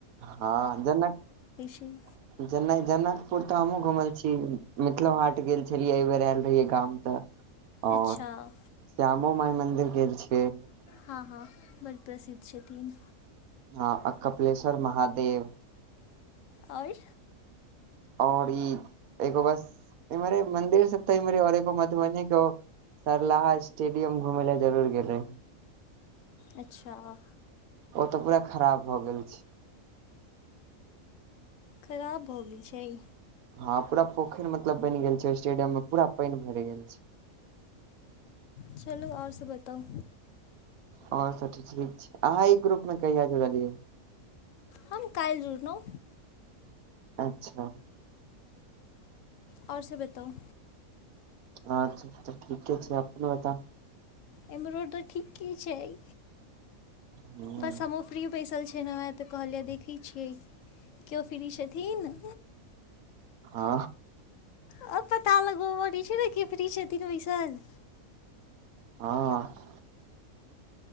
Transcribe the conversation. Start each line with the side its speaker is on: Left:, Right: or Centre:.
Right: ह जेनक
Left: छी
Right: <inaudible> नहि जनकपुर तऽ हमहु घुमल छी मिथिलो हाट गेल छलियै एहि बेर आयल रहियै गाम तऽ और
Left: अच्छा
Right: श्यामो माई मन्दिर गेल अछि।
Left: ह ह बड़ प्रसिद्ध छथिन
Right: ह आ कपिलश्वर महादेव
Left: और।
Right: और ई एगो बस इम्हरे मन्दिर सभ त और एगो मधुबनी एतह सरलाहा स्टेडियम घुमै लऽ जरूर गेल रहि
Left: अच्छा हा
Right: ओ त पूरा खराब भऽ गेल छैय
Left: खराब भऽ गेल छैय
Right: ह पुरा पोखर मतलब बयैन गेल छैय स्टेडियमे पुरा पाइन भरि गेल छैय। <inaudible>
Left: चलू और सभ बताउ
Right: और सभ ठीक छैय अहाँ इ ग्रुप में कहिया जुड़लियै
Left: हम कयल जुड़लौ।
Right: अच्छा।
Left: और सभ बताउ
Right: अच्छा त ठीके छैय अपन बताउ
Left: एम्हरो तऽ ठीके छैय
Right: हूँ,
Left: बस हमहु फ्री बैसल छै लौय त कहलिय देखै छिय किओ फ्री छथिन
Right: आ
Left: अ पता लग बी छै ने कऽ फ्री छथि तऽ पैसन
Right: ह।